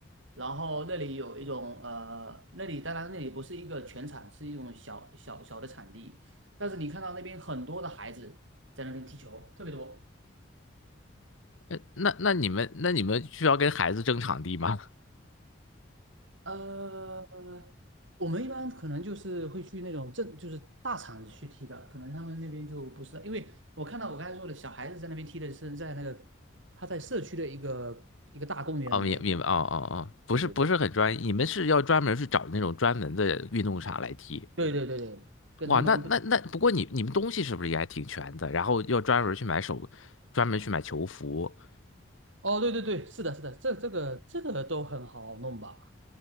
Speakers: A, on the right (about 75°); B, on the left (about 90°).
A: 然后那里有一种呃那里当然那里不是一个全场，是一种小小小的场地，但是你看到那边很多的孩子在那边踢球，特别多。
B: 呃那那你们那你们需要跟孩子争场地吗？
A: 呃，我们一般可能就是会去那种正，就是大厂子去踢的，可能他们那边就不是，因为我看到我刚才说的小孩子在那边踢的是在那个他在社区的一个一个大公园里面，
B: 哦，明明白，哦哦哦，不是不是很专业，
A: 对对对，
B: 你们是要专门去找那种专门的运动场来踢。
A: 对对对对，跟他们不
B: 哇，那那那，不过你你们东西是不是也还挺全的？然后要专门去买手，专门去买球服
A: 哦，对对对，是的，是的，这这个这个都很好弄吧？